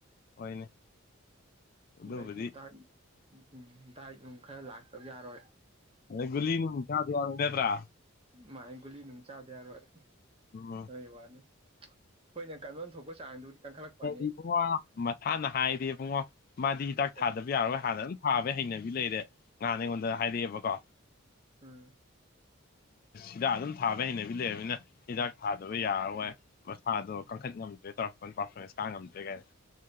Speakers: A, on the left; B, on the right.
A: ꯍꯣꯏꯅꯦ ꯑꯗꯨꯕꯨꯗꯤ
B: ꯑꯩꯗꯒꯤ ꯗꯥꯏꯠ ꯎꯝ ꯗꯥꯏꯠ ꯅꯨꯡ ꯈꯔ ꯂꯥꯛꯇꯕ ꯌꯥꯔꯣꯏ
A: ꯑꯗꯒꯜꯂꯤꯅ ꯆꯥ ꯅꯦ꯭ꯔꯥ
B: ꯃꯥꯥꯏ ꯒꯨꯂꯤ ꯅꯨꯡ ꯆꯥꯗ ꯌꯥꯔꯣꯏ
A: ꯎꯝ
B: ꯑꯔꯣꯏ ꯋꯥꯅꯤ ꯑꯩꯈꯣꯏꯅ ꯀꯥꯡꯂꯣꯟ ꯊꯣꯛꯄ ꯆꯥꯡꯗꯨꯗꯤ ꯀꯟꯈꯠꯂꯛꯄꯅꯤ
A: ꯏꯕꯨꯡꯉꯣ ꯃꯁꯥꯅ ꯍꯥꯏꯔꯦꯕꯨꯡꯉꯣ ꯃꯥꯗꯤ ꯍꯤꯗꯥꯛ
B: ꯀꯩ
A: ꯊꯥꯗꯕ ꯌꯥꯔꯔꯣꯏ ꯍꯥꯟꯅ ꯑꯗꯨꯝ ꯊꯥꯕꯩ ꯍꯩꯅꯕꯤ ꯂꯩꯔꯦ ꯉꯍꯥꯟꯅ ꯑꯩꯉꯣꯟꯗ ꯍꯥꯏꯔꯛꯑꯦꯕꯀꯣ
B: ꯎꯝ
A: ꯍꯤꯗꯥꯛ ꯑꯗꯨꯝ ꯊꯥꯕ ꯍꯩꯅꯕꯤ ꯂꯩꯔꯕꯅꯤꯅ ꯍꯤꯗꯥꯛ ꯊꯥꯗꯕ ꯌꯥꯔꯔꯣꯏ ꯃꯁꯥꯗꯣ ꯀꯟꯈꯠ ꯉꯝꯗ꯭ꯔꯦ ꯇꯧꯔꯛꯄ ꯄꯥꯔꯐꯣꯔꯃꯦꯟꯁ ꯀꯥ ꯉꯝꯗ꯭ꯔꯦ ꯀꯥꯏꯅ